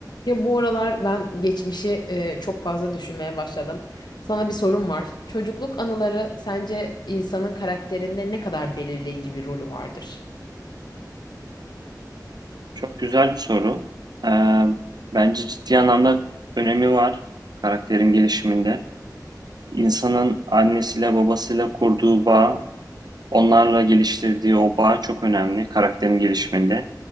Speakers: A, on the left (about 80°); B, on the right (about 70°).
A: Ya bu aralar ben geçmişi e, çok fazla düşünmeye başladım. Sana bir sorum var. Çocukluk anıları sence insanın karakterinde ne kadar belirleyici bir rolü vardır?
B: Çok güzel bir soru. Ee, bence ciddi anlamda önemi var karakterin gelişiminde. İnsanın annesiyle babasıyla kurduğu bağ, onlarla geliştirdiği o bağ çok önemli karakterin gelişiminde.